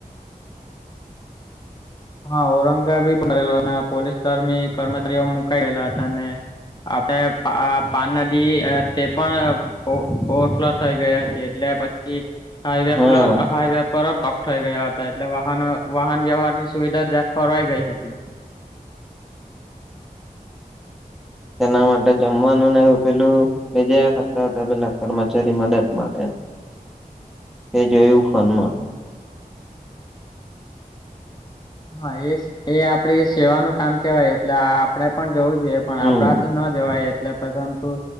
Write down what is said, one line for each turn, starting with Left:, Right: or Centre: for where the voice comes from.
Left: હા ઔરંગાબી બરેલો પોલીસ કર્મી કર્મચારીઓ મુકાયેલા હતા ને આપણે પાન નદી તે પણ ઓવરફ્લો થઈ ગઈ હતી એટલે હાઈવે
Centre: હા
Left: હાઈવે પર બગ થઈ ગયા હતા એટલે વાહનો વાહન વ્યવહાર સુવિધા જ્યાં ખોરવાઈ ગઈ હતી. <unintelligible>
Centre: એના માટે જમવાનું ને એવું પેલું. મે જ કરતા હતા પેલા કર્મચારી મદદ માટે તે જોયું ફોનમાં.
Left: હા એ એ આપડે સેવાનું કામ કેવાય એટલે આપડણે પણ જવું જોઈએ પણ
Centre: હમ
Left: આપણા થી ન જવાય. એલે પરંતુ